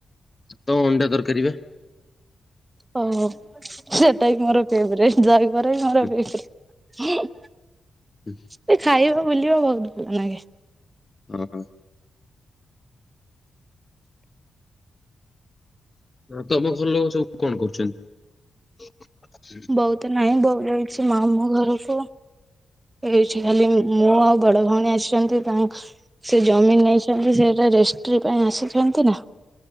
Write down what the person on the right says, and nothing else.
ହଉ ହଉ ସେଟା ବି ମୋର ଫେବେରାଇଟି ଦହିବରା ବି ମୋର
ଫେବେରାଇଟି।
ସେ ଖାଇବା ବୁଲିବା ବହୁତ ଭଲ ଲାଗେ।
ବୋଉ ତ ନାହିଁ ବୋଉ ଯାଇଛି ମାମୁ ଘରକୁ। ଉଛି ଖାଲି ମୋ ଆଉ ବଡ ଭଉଣୀ ଆସିଛନ୍ତି ତାଙ୍କ ସେ ଜମିି ନେଇଛନ୍ତି ସେଟା ରେଷ୍ଟି ପାଇଁ ଆସିଛନ୍ତି ନା।